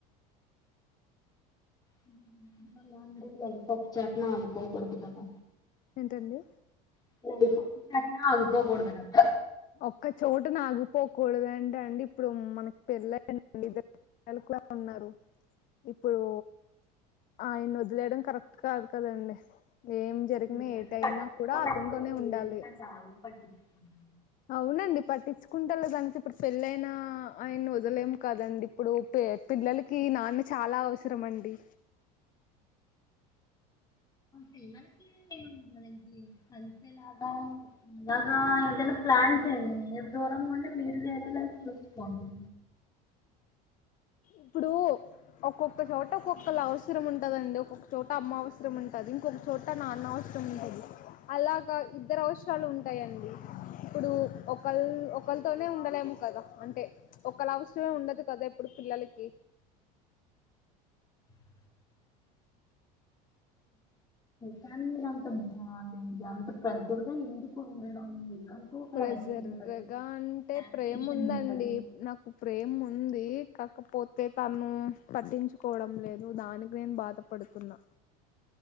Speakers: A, on the left; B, on the left.
A: <unintelligible> లైఫ్ ఆఫ్ <unintelligible> అనుకోకూడదు కదా
B: ఏంటండి
A: <inaudible> కదా
B: ఒక్క చోటనే ఆగిపో కూడదు అంటే అండి ఇప్పుడు మనకి పెళ్ళయి <inaudible> ఇద్దరు <inaudible> పిల్లలు కూడా ఉన్నారు ఇప్పుడు ఆయన వదిలేయడం కరెక్ట్ కాదు కదండి ఏం జరిగినా
A: మిమ్మల్ని
B: ఏటయినా
A: పట్టించుకోనప్పుడు
B: కూడా అతనితోనే
A: మీరెందుకండి
B: ఉండాలి
A: వాళ్ళని పట్టించుకోండి
B: అవునండి పట్టించుకుంటలేదంటే ఇప్పుడు పెళ్ళైనా ఆయన్నీ వదలేం కదండి ఇప్పుడు పే పిల్లలకి నాన్న చాలా అవసరం అండి
A: పిల్లలకి మన కలిసేలాగా అలాగా ఏదైనా ప్లాన్ చెయ్యండి మీరు దూరంగా ఉండి మీరు లేరేలాసి చూసుకోండి
B: ఇప్పుడు ఒక్కొక్క చోట ఒక్కొక్కళ అవసరం ఉంటదండి ఒక్కొక్క చోట అమ్మ అవసరం ఉంటది ఇంకొక చోట నాన్న అవసరం ఉంటది అలాగా ఇద్దరు అవసరాలు ఉంటాయండి ఇప్పుడు ఒకళ ఒకళతోనే ఉండలేము కదా అంటే ఒకళ్ళ అవసరమే ఉండదు కదా ఇప్పుడు పిల్లల కి
A: <unintelligible> ఫ్యామిలీ లో అంత బాగుందండి అంత దగ్గరగా ఎందుకు ఉండడం మీకంటూ ఒక
B: ప్రేస్సరు
A: లైఫ్ ఉంటుంది
B: గా అంటే
A: టాబ్లేషన్
B: ప్రేమ ఉందండి
A: ఉంటది
B: నాకు ప్రేమ ఉంది కాక పోతే తను పట్టించుకోవడం లేదు దానికి నేను బాధపడుతున్నా